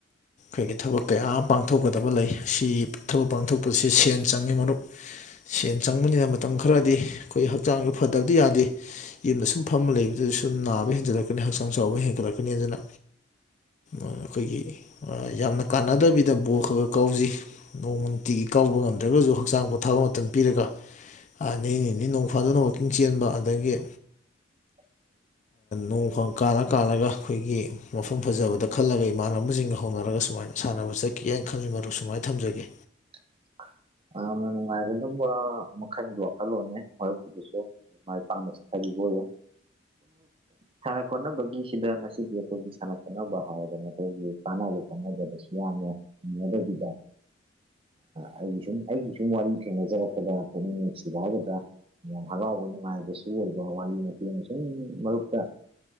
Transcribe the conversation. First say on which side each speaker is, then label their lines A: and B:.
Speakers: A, on the left; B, on the right.
A: ꯑꯩꯈꯣꯏꯒꯤ ꯊꯕꯛ ꯀꯌꯥ ꯑꯃ ꯄꯥꯡꯊꯣꯛꯀꯗꯕ ꯂꯩ ꯁꯤ ꯊꯕꯛ ꯄꯥꯡꯊꯣꯛꯄꯁꯤ ꯁꯦꯟ ꯆꯪꯉꯤ ꯃꯔꯨꯞ ꯁꯦꯟ ꯆꯪꯕꯅꯤꯅ ꯃꯇꯝ ꯈꯔ ꯈꯔꯗꯤ ꯑꯩꯈꯣꯏ ꯍꯛꯆꯥꯡꯗ ꯐꯗꯕꯗꯤ ꯌꯥꯗꯦ ꯌꯨꯝꯗ ꯁꯨꯝ ꯐꯝꯃ ꯂꯩꯕꯗꯨꯗ ꯁꯨꯝ ꯅꯥꯕ ꯍꯦꯟꯖꯜꯂꯛꯀꯅꯤ ꯍꯛꯆꯥꯡ ꯥꯡ ꯆꯥꯎꯕ ꯍꯦꯟꯒꯠꯂꯛꯀꯅꯤ ꯑꯗꯨꯅ ꯑꯩꯈꯣꯏꯒꯤ ꯌꯥꯝꯅ ꯀꯥꯟꯅꯗꯕꯤꯗ ꯕꯣꯔꯜ ꯈꯔ ꯈꯔ ꯀꯥꯎꯖꯩ ꯅꯣꯡ ꯅꯨꯡꯇꯤꯒꯤ ꯀꯥꯎ ꯌꯥꯎꯕ ꯉꯝꯗ꯭ꯔꯒꯁꯨ ꯍꯛꯆꯥꯡ ꯄꯣꯊꯥꯕ ꯃꯇꯝ ꯄꯤꯔꯒ
B: <inaudible>
A: ꯅꯤ ꯅꯤꯅꯤ ꯅꯣꯡ ꯐꯥꯗꯨꯅ ꯋꯥꯛꯀꯤꯡ ꯆꯦꯟꯕ ꯑꯗꯒꯤ
B: <inaudible>
A: ꯅꯣꯡ ꯀꯥꯜꯂ ꯀꯥꯜꯂꯒ ꯑꯩꯈꯣꯏꯒꯤ ꯃꯐꯝ ꯐꯖꯕꯗ ꯈꯜꯂꯒ ꯏꯃꯥꯟꯅꯕꯁꯤꯡꯒ ꯍꯧꯅꯔꯒ ꯁꯨꯃꯥꯏ ꯀꯃꯥꯏꯅ ꯁꯥꯟꯅꯕ ꯆꯠꯀꯦꯅ ꯈꯪꯉꯤ ꯃꯔꯨ ꯁꯨꯃꯥꯏꯅ ꯊꯝꯖꯒꯦ
B: <inaudible> ꯌꯥꯝꯅ ꯅꯨꯡꯉꯥꯏꯒ ꯑꯗꯨꯕ ꯃꯈꯜꯒꯤ ꯋꯥꯈꯜꯂꯣꯟꯅꯦ ꯃꯔꯌꯨꯞꯀꯤꯨꯗꯨꯁꯨ ꯃꯥꯏ ꯄꯥꯛꯅ ꯆꯠꯊꯕꯤ ꯍꯣ ꯁꯥꯟꯅ ꯈꯣꯠꯅꯕꯒꯤꯁꯤꯗ ꯉꯁꯤꯗꯤ ꯑꯩꯈꯣꯏꯒꯤ ꯁꯥꯟꯅ ꯈꯣꯠꯅꯕ ꯍꯥꯏꯗꯅ ꯑꯩꯈꯣꯏꯒꯤ ꯀꯗ ꯁꯤ ꯃꯗꯗ ꯑꯩꯒꯤ ꯁꯨꯝ ꯑꯩꯒꯤ ꯁꯨꯝ ꯋꯥꯔꯤ ꯊꯦꯡꯅꯖꯔꯛꯄꯗ ꯄꯨꯛꯅꯤꯡ ꯅꯨꯡꯁꯤ ꯐꯥꯎꯕꯗ ꯌꯥꯝ ꯍꯔꯥꯎꯕ ꯅꯨꯡꯉꯥꯏꯕꯁꯨ ꯑꯣꯏꯕꯣ ꯋꯥꯔꯤ ꯃꯦꯡꯅ ꯁꯨꯝ ꯃꯔꯛꯇ